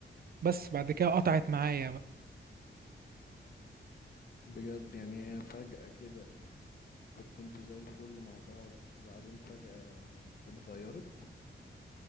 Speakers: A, on the right; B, on the left.
A: بس بعد كده قطعت معايا بقى
B: بجد يعني هي فجأة كده كنت انتوا زي الفل مع بعض وبعدين فجأة اتغيرت